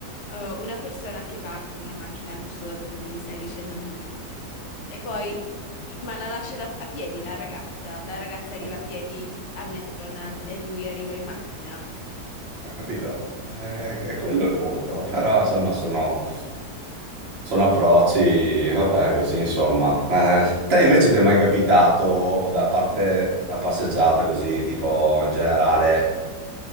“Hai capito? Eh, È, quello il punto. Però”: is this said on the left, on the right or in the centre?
Right